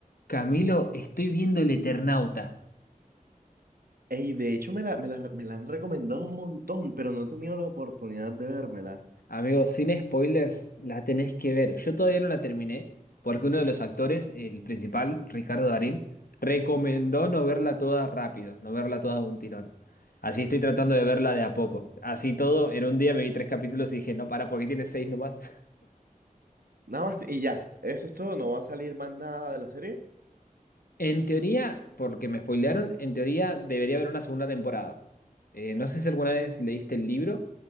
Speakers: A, on the left; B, on the right.
A: Camilo, estoy viendo El Eternauta.
B: Ey, de hecho me la, me la, me la han recomendado un montón, pero no he tenido la oportunidad de vérmela.
A: Amigo, sin spoilers, la tenés que ver. Yo todavía no la terminé porque uno de los actores, el principal, Ricardo Darín, recomendó no verla toda rápido, no verla toda de un tirón. Así estoy tratando de verla de a poco. Así todo, en un día me vi tres capítulos y dije, no, para, porque tiene seis nomás.
B: Nada más y ya, eso es todo, no va a salir más nada de la serie.
A: En teoría, porque me spoilearon, en teoría debería haber una segunda temporada. Eh, no sé si alguna vez leíste el libro,